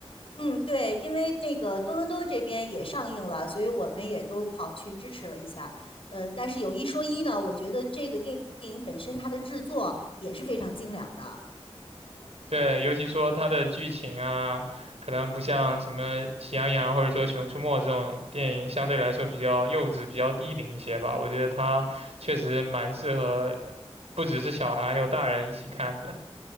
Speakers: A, on the left; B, on the right.
A: 嗯，对，因为那个多伦多这边也上映了，所以我们也都跑去支持了一下。呃，但是有一说一呢，我觉得这个电影本身它的制作也是非常精良的。
B: 对，尤其说它的剧情啊，可能不像什么《喜羊羊》或者说《熊出没》这种电影，相对来说比较幼稚、比较低龄一些吧。我觉得它确实蛮适合，不只是小孩，还有大人一起看的。